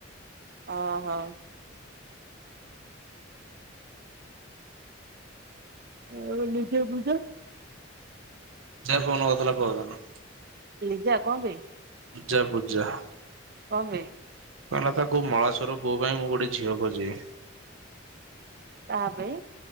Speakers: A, on the right (about 50°); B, on the right (about 85°).
A: ଓଁ ହଁ। ହଉ ନିଜେ ବୁଝ।
B: ସେ ଫୋନ କରିଥିଲା ପହରଦିନ।
A: ଲିଜା କଣ ପାଇଁ।
B: ପୂଜା ପୂଜା।
A: କଣ ପାଇଁ।
B: କହେ ନା ତାକୁ ମହେଶ୍ୱର ପୁଅ ପାଇଁ ମୁଁ ଗୋଟେ ଝିଅ ଖୋଜିବି।
A: କାହା ପାଇଁ?